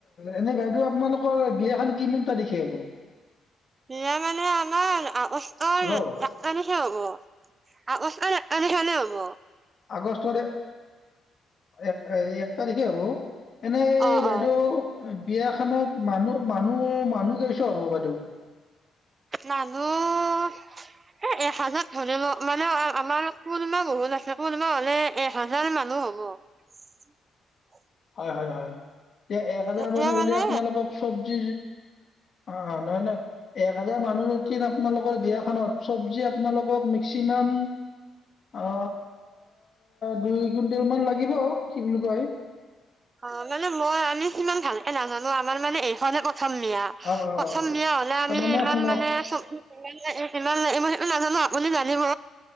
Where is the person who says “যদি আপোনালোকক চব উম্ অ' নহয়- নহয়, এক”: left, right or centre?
Left